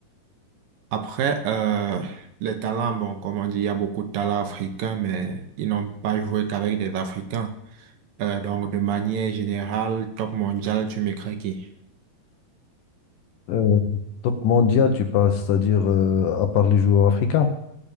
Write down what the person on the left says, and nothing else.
Euh, top mondial, tu parles, c'est-à-dire euh, à part les joueurs africains.